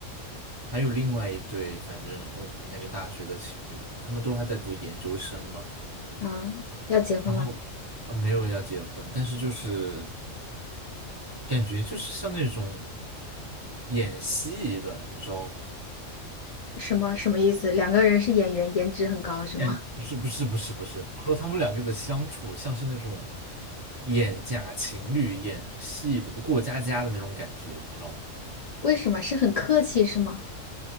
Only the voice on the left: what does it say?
嗯，要结婚了，
什么什么意思？两个人是演员，颜值很高是吗？
为什么？是很客气是吗？